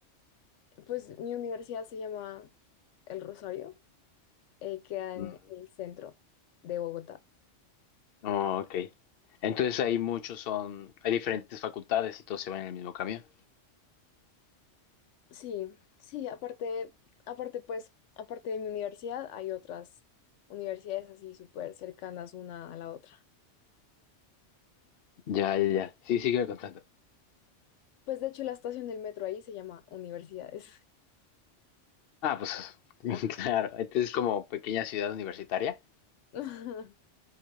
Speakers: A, on the left; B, on the left.
A: Pues mi universidad se llama El Rosario, eh, queda en
B: Mm,
A: el centro de Bogotá.
B: Oh, ok. Entonces ahí muchos son, hay diferentes facultades y todos se van en el mismo camión.
A: Sí, sí, aparte, aparte pues, aparte de mi universidad hay otras universidades así súper cercanas una a la otra.
B: Ya, ya, ya. Sí, sígueme contando.
A: Pues de hecho la estación del metro ahí se llama Universidades. <laughs>
B: Ah, pues <laughs>
A: Ah.
B: claro. Entonces como pequeña ciudad universitaria.
A: <laughs>